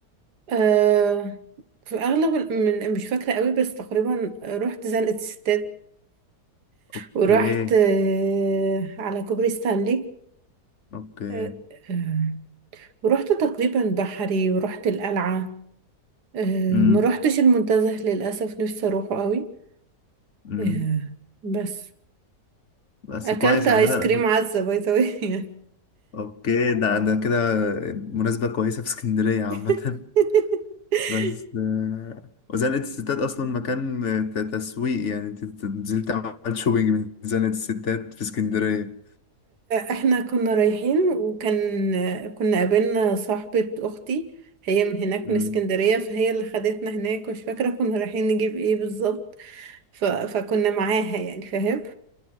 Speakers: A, on the right (about 80°); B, on the left (about 50°).
A: آه في الأغلب من- مش فاكرة قوي بس تقريبا رحت زنقة الستات
B: أوكي
A: ورحت آه على كوبري ستانلي
B: أوكي
A: آه آه ورحت تقريبا بحري ورحت القلعة آه
B: مم.
A: ما رحتش المنتزه للأسف نفسي أروحه قوي
B: مم.
A: آه بس
B: بس
A: أكلت
B: كويس
A: آيس
B: عامة
A: كريم عزة باي ذا واي
B: أوكي ده ده كده مناسبة كويسة في اسكندرية عامة
A: <laughs>
B: <laughs> بس آه، وزنقة الستات أصلا مكان ت- تسويق يعني أنت نزلت عملت شوبينج من زنقة الستات في اسكندرية
A: احنا كنا رايحين وكان كنا قابلنا صاحبة اختي هي من هناك
B: مم.
A: من اسكندرية فهي اللي خدتنا هناك مش فاكرة كنا رايحين نجيب ايه بالظبط ف... فكنا معاها يعني فاهم